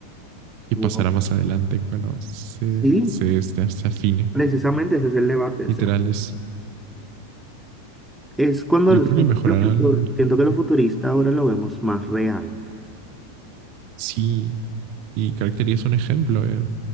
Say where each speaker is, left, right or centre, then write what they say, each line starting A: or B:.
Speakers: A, on the right; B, in the centre.
A: qué
B: Bueno,
A: pasará más adelante cuando se,
B: sí,
A: se, este, se afine?
B: precisamente ese es el debate. O
A: Literal,
B: sea,
A: es,
B: es cuando
A: yo creo
B: siento
A: que mejorarán
B: que lo futu- siento que lo
A: mm,
B: futurista ahora lo vemos más real.
A: Sí, y Caracteria es un ejemplo. eh.